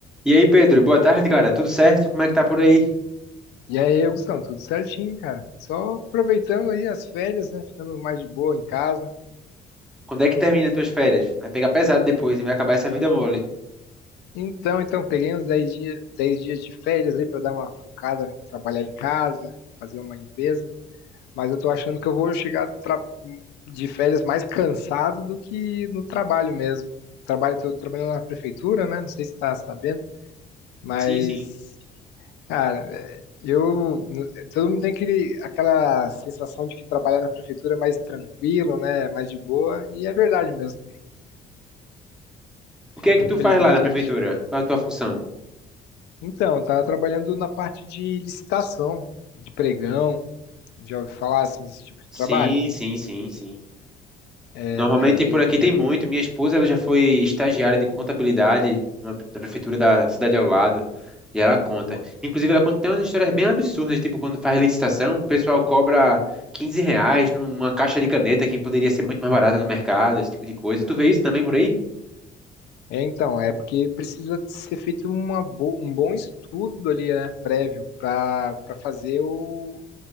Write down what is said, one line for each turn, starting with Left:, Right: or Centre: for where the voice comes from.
Centre: E aí, Pedro, boa
Left: E
Centre: tarde, cara. Tudo certo? Como é que tá por aí?
Left: e aí, Augustão, tudo certinho, cara? Só aproveitando aí as férias, né? Ficando mais de boa em casa.
Centre: Quando é que termina as tuas férias? Vai pegar pesado depois, e Vai acabar essa vida mole.
Left: Então, então, peguei uns dez dias, dez dias de férias aí para dar uma focada, né? trabalhar em casa, fazer uma limpeza. Mas eu tô achando que eu vou chegar do tra- de férias mais cansado do que no trabalho mesmo. Trabalho, tô trabalhando na prefeitura, né? Não sei se tá sabendo, mas
Centre: Sim, sim.
Left: Cara, é, eu. no- Todo mundo tem aquele, aquela sensação de que trabalhar na prefeitura é mais tranquilo, né? Mais de boa, e é verdade mesmo.
Centre: O que é que
Left: Infelizmente,
Centre: tu faz lá na
Left: a
Centre: prefeitura?
Left: gente.
Centre: Qual é a tua função?
Left: Então, eu tava trabalhando na parte de licitação, de pregão, já ouvi falar assim desse tipo de
Centre: Sim,
Left: trabalho?
Centre: sim, sim, sim.
Left: É,
Centre: Normalmente
Left: daí
Centre: por
Left: é
Centre: aqui
Left: de
Centre: tem muito. Minha esposa, ela já foi estagiária de contabilidade na na prefeitura da cidade ao lado. E ela conta.
Left: boa.
Centre: Inclusive, ela conta tem umas histórias bem absurdas, tipo quando faz licitação, o pessoal cobra 15 reais numa caixa de caneta que poderia ser muito mais barata no mercado, esse tipo de coisa. Tu vê isso também por aí?
Left: É, então, é porque precisa ser feito uma bo- um bom estudo ali, né, prévio, para para fazer o,